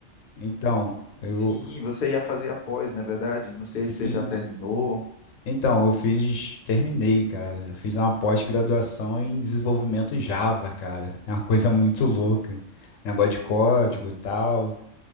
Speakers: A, on the left; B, on the left.
A: Então, eu
B: Sim, você ia fazer após, não é verdade? Não sei
A: Sim,
B: se você já terminou.
A: sim. Então, eu fiz, terminei, cara. Eu fiz uma pós-graduação em desenvolvimento Java, cara. É uma coisa muito louca. Negócio de código e tal.